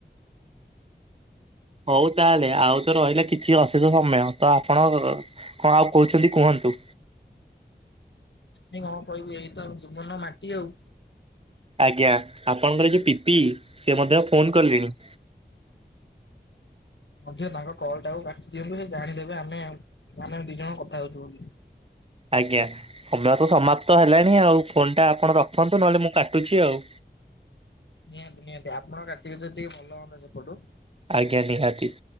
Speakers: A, on the right; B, on the left.
A: ହଉ ତାହେଲେ ଆଉ ତ ରହିଲା କିଛି ଅଛି ତ ସମୟ ତ ଆପଣ। କଣ ଆଉ କହୁଛନ୍ତି କୁହନ୍ତୁ?
B: <unintelligible> କଣ କହିବୁ ଏଇ ତ ଜୀବନ ମାଟି ଆଉ।
A: ଆଜ୍ଞା ଆପଣଙ୍କର ଯୋଉ ପି ପି ସେ ମଧ୍ୟ ଫୋନ୍ କଲେଣି?
B: ଅଧିକ ତାଙ୍କ କଲ୍ ଟା କୁ କାଟି ଦିଅନ୍ତୁ ସେ ଜାଣିଦେବେ ଆମେ ମାନେ ଦି ଜଣ କଥା ହଉଛୁ ବୋଲି।
A: ଆଜ୍ଞା ସମୟ ତ ସମାପ୍ତ ହେଲାଣି ଆଉ ଫୋନ୍ ଟା ଆପଣ ରଖନ୍ତୁ ନହେଲେ ମୁଁ କାଟୁଛି ଆଉ।
B: ନିହାତି ନିହାତି ଆପଣ କାଟିବେ ଯଦି ଭଲ ହୁଅନ୍ତା ସେପଟୁ।
A: ଆଜ୍ଞା ନିହାତି।